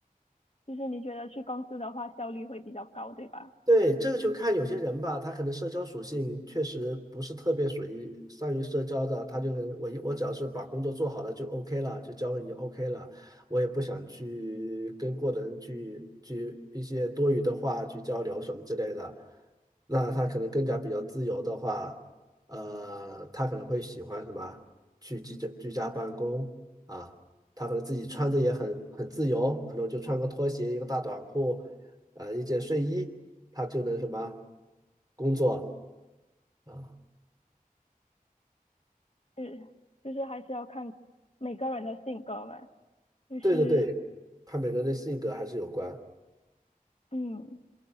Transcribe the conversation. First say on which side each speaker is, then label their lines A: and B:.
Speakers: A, on the left (about 45°); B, on the right (about 25°).
A: 就是你觉得去公司的话效率会比较高，对吧？
B: 对，这个就看有些人吧，他可能社交属性确实不是特别属于善于社交的，他就可能我一我只要是把工作做好了就 OK 了，就交给你 OK 了，我也不想去跟过的人去去一些多余的话去交流什么之类的。那他可能更加比较自由的话，呃，他可能会喜欢什么去居家居家办公啊，他可能自己穿着也很很自由，可能就穿个拖鞋一个大短裤。啊，一件睡衣，他就能什么工作啊？
A: 是，就是还是要看每个人的性格嘛，就是
B: 对对对，他每个人的性格还是有关。
A: 嗯。